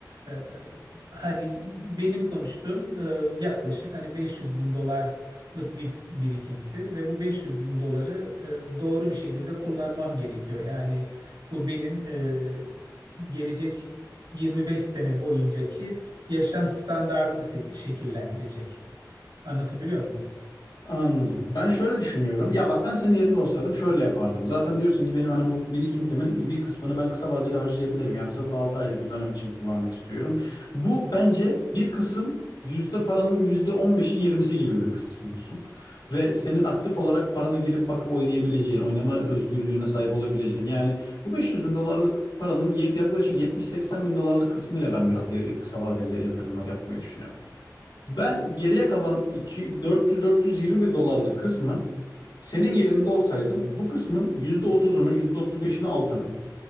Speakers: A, on the right (about 85°); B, on the left (about 80°).
A: e, hani benim konuştuğum e, yaklaşık hani 500 bin dolar bir birikinti ve bu 500 bin doları e, doğru bir şekilde kullanmam gerekiyor. Yani bu benim e, gelecek 25 sene boyuncaki yaşam standardımı şek- şekillendirecek. Anlatabiliyor muyum?
B: Anladım. Ben şöyle düşünüyorum. Ya bak ben senin yerinde olsaydım şöyle yapardım. Zaten diyorsun ki benim hani bu birikintimin bir kısmını ben kısa vadeli harcayabilirim. Yani sıfır altı aylık bir dönem için kullanmak istiyorum. Bu bence bir kısım yüzde paranın yüzde on beşi yirmisi gibi bir kısım olsun. Ve senin aktif olarak paranı girip bakıp oynayabileceğin, oynama özgürlüğüne sahip olabileceğin. Yani bu 500 bin dolarlık paranın yaklaşık 70-80 bin dolarlık kısmıyla ben biraz ya- kısa vadeli yatırımlar yapmayı düşünüyorum. Ben geriye kalan iki- 400-420 bin dolarlık kısmı senin yerinde olsaydım bu kısmın yüzde otuzunu yüzde otuz beşini altına,